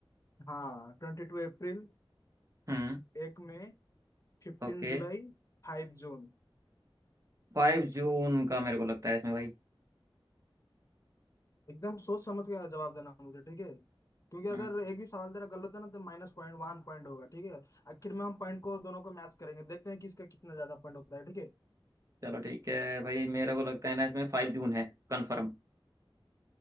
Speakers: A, on the left (about 35°); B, on the right (about 35°).
A: हाँ ट्वेंटी टू अप्रैल
B: हम्म
A: एक मई फिफ्टीन
B: ओके
A: जुलाई फाइव जून
B: फाइव जून का मेरे को लगता है इसमें भाई
A: एकदम सोच समझ के जवाब देना मुझे ठीक है क्योंकि अगर
B: हम्म।
A: एक भी सवाल तेरा गलत है ना तो माइनस पॉइंट वन पॉइंट होगा ठीक है आखिर में हम पॉइंट को दोनों को मैच करेंगे देखते हैं किसका कितना ज्यादा पॉइंट होता है ठीक है
B: <laughs> चलो ठीक है भाई मेरे को लगता है ना इसमें फाइव जून है कंफर्म